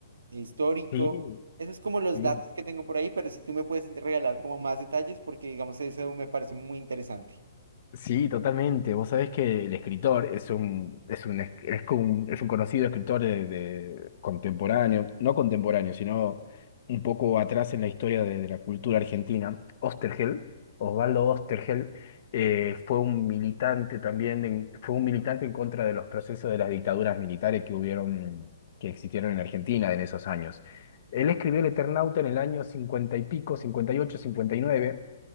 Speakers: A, on the right; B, on the left.
A: histórico.
B: Sí,
A: Eso es como los
B: sí.
A: datos que tengo por ahí, pero si tú me puedes regalar como más detalles porque digamos eso me parece muy interesante.
B: Sí, totalmente. Vos sabés que el escritor es un, es un, es es un, es un conocido escritor de, de contemporáneo, no contemporáneo, sino un poco atrás en la historia de, de la cultura argentina. Osterhel, Osvaldo Osterhel, eh, fue un militante también, en- fue un militante en contra de los procesos de las dictaduras militares que hubieron, que existieron en Argentina en esos años. Él escribió El Eternauta en el año 50 y pico, cincuenta cincuenta y ocho, cincuenta y nueve.